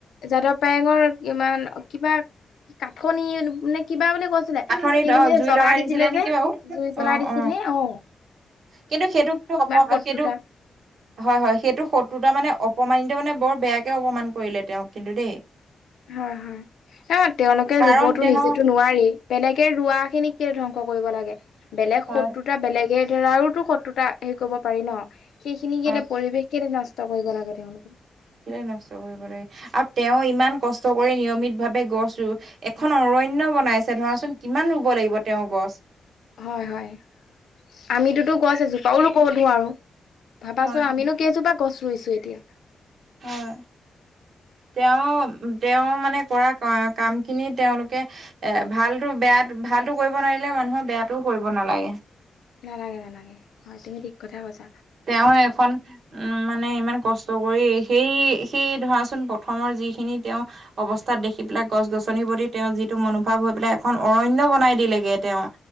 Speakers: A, on the left (about 75°); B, on the right (about 60°).
A: যাদৱ পায়েঙৰ ইমান কিবা কাঠনি নে কিবা বুলি কৈছি সেইখিনি
B: কাঠনিত অ
A: যে
B: জুই
A: জ্বলাই
B: লগাই
A: দিছিলে
B: নেকি
A: যে,
B: বাৰু
A: জুই জ্বলাই
B: অ
A: দিছিলে
B: অ
A: অঁ।
B: কিন্তু সেইটো কিটো অক
A: শত্ৰুতা
B: সেইটো। <unintelligible> হয় হয় সেইটো শত্ৰুতা মানে অপমানিত মানে বৰ বেয়াকে অপমান কৰিলে তেওঁক কিন্তু দেই?
A: হয় হয়। এ তেওঁলোকে
B: কাৰণ
A: ৰুবতো
B: তেওঁ
A: নিজেতো নোৱাৰেই বেলেগে ৰোৱা খিনিক কেলে ধ্বংস কৰিব লাগে বেলেগ
B: হয়
A: শত্ৰুত বেলেগে ধৰা আৰুতো শত্ৰুতা হেৰি কৰিব পাৰি ন, সেইখিনি
B: হয়
A: কেনে পৰিৱেশ কেলে নষ্ট কৰিব লাগে তেওঁলোক?
B: কেলে নষ্ট কৰিব লাগে। আৰু তেওঁ ইমান কষ্ট কৰি নিয়মিতভাৱে গছ ৰু এখন অৰণ্য বনাইছে ধৰাচোন কিমান ৰুব লাগিব তেওঁ গছ?
A: হয় হয়। আমিতোতো গছ এজোপাও ৰুব নোৱাৰোঁ। ভাবাছো
B: হয়
A: আমিনো কেইজোপা গছ ৰুইছো এতিয়া।
B: হয়। তেওঁ তেওঁ মানে কৰা কাম খিনি তেওঁলোকে এ ভালটো বেয়া ভালটো কৰিব নোৱাৰিলে মানুহৰ বেয়াটোও কৰিব নালাগে।
A: নালাগে নালাগে হয় তুমি ঠিক কথা কৈছা।
B: তেওঁ এখন উম মানে ইমান কষ্ট কৰি সেই সেই ধৰাচোন প্ৰথমৰ যিখিনি তেওঁ অৱস্থাত দেখি পেলাই গছ গছনিৰ প্ৰতি তেওঁ যিটো মনোভাৱ হৈ পেলাই এখন অৰণ্য বনাই দিলেগে তেওঁ।